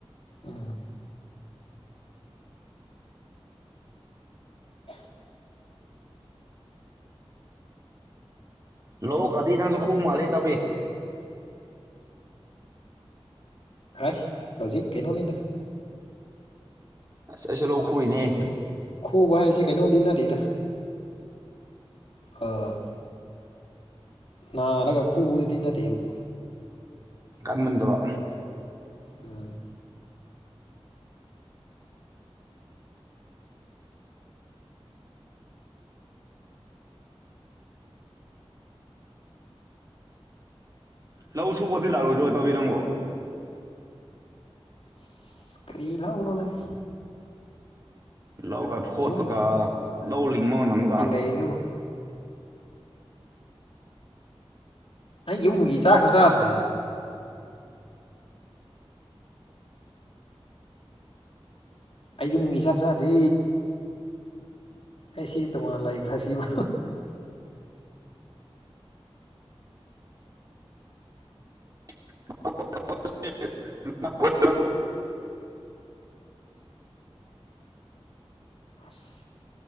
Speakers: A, on the left; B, on the right.
A: ꯎꯝ
B: ꯂꯣ ꯀꯗꯤ ꯅꯁꯨ ꯈꯨ ꯃꯥꯂꯦ ꯇ ꯄꯦ
A: ꯍꯥꯏꯁ ꯍꯧꯖꯤꯛ ꯀꯩꯅꯣꯅꯤꯗ
B: ꯑꯁ ꯑꯩꯁꯨ ꯂꯣꯛ ꯈꯨꯔꯤꯅꯦꯍꯦ
A: ꯈꯨꯕ ꯍꯥꯏꯁꯦ ꯀꯩꯅꯣꯝꯗꯤ ꯅꯠꯇꯦꯗ ꯑꯥ ꯅꯥꯔꯒ ꯈꯨꯕꯗꯨꯗꯤ ꯅꯠꯇꯦꯕ
B: ꯀꯥꯟꯃꯟꯗꯕ
A: ꯎꯝ
B: ꯂꯧ ꯁꯨꯕꯗꯤ ꯂꯥꯛꯑꯣꯣꯏ ꯂꯣꯏ ꯇꯧꯕꯤꯔꯪꯣ
A: ꯏꯁ ꯀꯔꯤ ꯂꯧꯅꯣꯗꯅꯍꯦ
B: ꯂꯧꯒ ꯐꯣꯠꯇꯨꯒ
A: ꯌꯨꯝ
B: ꯂꯧ ꯂꯤꯡꯕ ꯃ ꯅꯒ
A: ꯂꯩꯗꯕꯨ ꯑꯩ ꯌꯨꯝꯒꯤ ꯍꯨꯏ ꯆꯥꯛꯁꯨ ꯆꯥꯗꯅ ꯑꯩꯒꯤ ꯃꯤꯆꯥꯛ ꯆꯥꯗꯦ ꯑꯩꯁꯤ ꯇꯣꯉꯥꯟ ꯂꯩꯈ꯭ꯔꯥ ꯁꯤꯕꯣ
B: <unintelligible>
A: ꯑꯁ